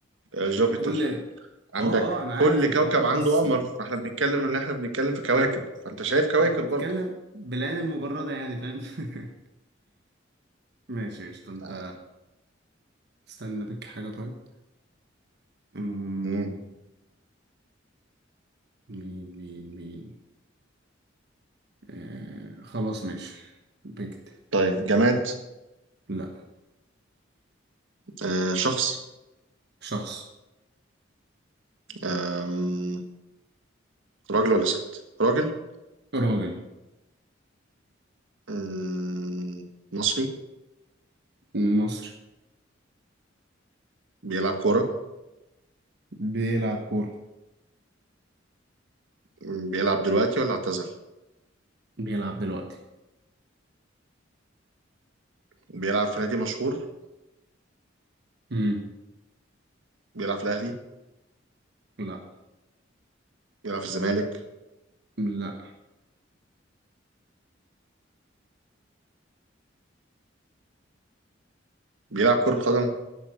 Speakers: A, on the right; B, on the right.
A: جوبيتر
B: كل اه
A: عندك
B: اه انا
A: كل
B: عارف الحوار
A: كوكب
B: ده
A: عنده
B: بس
A: قمر فاحنا بنتكلم إن احنا بنتكلم في كواكب فأنت شايف كواكب
B: انا
A: برضه
B: بتكلم بالعين المجردة يعني فاهم <laughs> ماشي قشطة انت
A: آه،
B: استنى بك حاجة طيب أمم،
A: مم.
B: مين مين مين آه خلاص ماشي بكت
A: طيب جماد
B: لا
A: آه، شخص
B: شخص
A: آم، راجل ولا ست راجل
B: راجل
A: مم، مصري
B: مصري
A: بيلعب كورة
B: بيلعب كورة
A: مم، بيلعب دلوقتي ولا اعتزل
B: بيلعب دلوقتي
A: بيلعب في نادي مشهور
B: امم
A: بيلعب في الأهلي
B: لا
A: بيلعب في الزمالك
B: لا
A: بيلعب كرة قدم